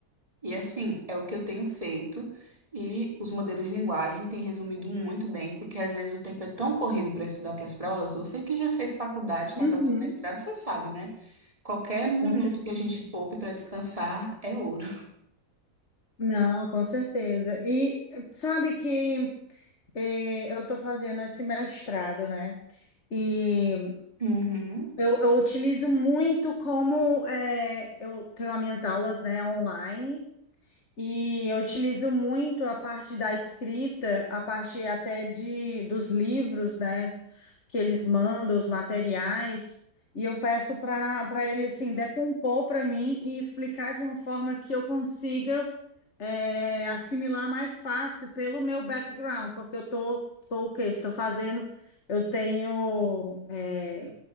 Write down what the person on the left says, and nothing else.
Uhum,
com certeza.
Não, com certeza. E sabe que eh, eu estou fazendo esse mestrado, né? E
eu, eu utilizo muito como eh, eu tenho as minhas aulas, né, online. E eu utilizo muito a parte da escrita, a parte até de dos livros, né, que eles mandam, os materiais, e eu peço para para ele assim decompor para mim e explicar de uma forma que eu consiga é, assimilar mais fácil pelo meu background, porque eu tô, tô o quê? Estou fazendo, eu tenho é,